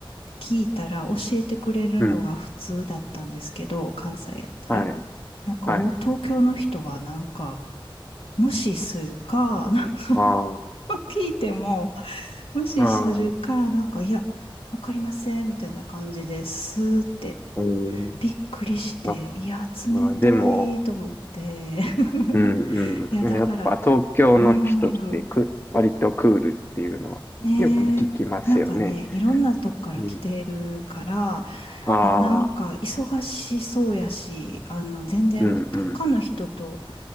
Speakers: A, on the left; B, on the left.
A: 聞いたら教えてくれるのが普通だったんですけど、
B: うん。
A: 関西やったら。
B: はい。
A: なんか、
B: はい。
A: お東京の人はなんか、無視するか、<laughs> なんか
B: あー
A: 聞いても、無視するか、
B: あー、
A: なんか、いや、わかりません、みたいな感じですって、
B: うん。
A: びっくりして、
B: あ、
A: いや、冷たいと思って。
B: まあーでも、
A: <laughs>
B: うんうん。
A: いや、だから、
B: やっぱ東京の人ってく、
A: うーん、
B: 割とクールっていうのはよく聞きますよね。
A: ねえ、なんかね、いろんなとこから来てるから、
B: うん。ああ、
A: もうなんか忙しそうやし、あの、全然他の人と、
B: うんうん。